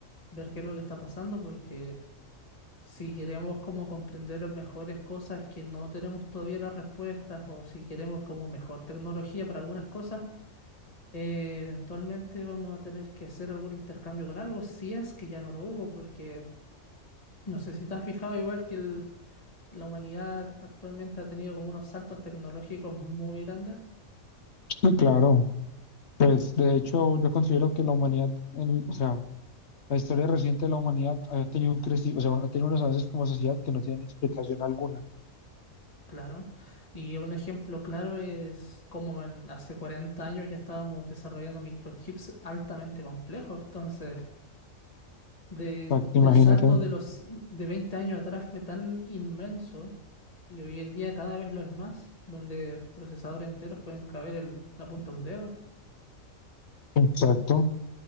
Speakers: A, on the left; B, on the left.
A: ver qué es lo que está pasando porque si queremos como comprender mejores cosas que no tenemos todavía las respuestas o si queremos como mejor tecnología para algunas cosas, eh, eventualmente vamos a tener que hacer algún intercambio con algo, si es que ya no lo hubo, porque no sé si te has fijado igual que el- la humanidad actualmente ha tenido como unos saltos tecnológicos muy grandes.
B: Sí, claro. Pues de hecho yo considero que la humanidad, en- o sea, la historia reciente de la humanidad ha tenido un crecimiento, o sea, bueno, ha tenido unos avances como sociedad que no tienen explicación alguna.
A: Claro, y un ejemplo claro es como en hace 40 años ya estábamos desarrollando microchips altamente complejos, entonces de
B: Exacto, imagínate.
A: el salto de los de 20 años atrás fue tan inmenso y hoy en día cada vez lo es más, donde procesadores enteros pueden caber el- la punta de un dedo.
B: Exacto.